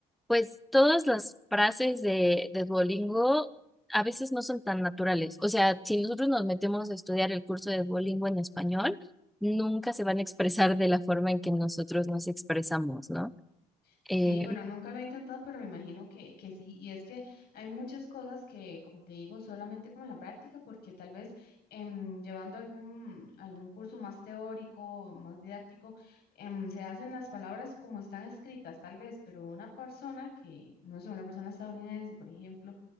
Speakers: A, in the centre; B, on the left (about 70°).
A: pues todas las frases de, de Duolingo a veces no son tan naturales. O sea, si nosotros nos metemos a estudiar el curso de Duolingo en español, nunca se van a expresar de la forma en que nosotros nos expresamos, ¿no?
B: Sí,
A: Eh,
B: bueno, nunca lo he intentado, pero me imagino que, que sí. Y es que hay muchas cosas que, como te digo, solamente como en la práctica, porque tal vez em, llevando algún, algún curso más teórico, más didáctico, em, se hacen las palabras como están escritas, tal vez, pero una persona que, no sé, una persona estadounidense, por ejemplo,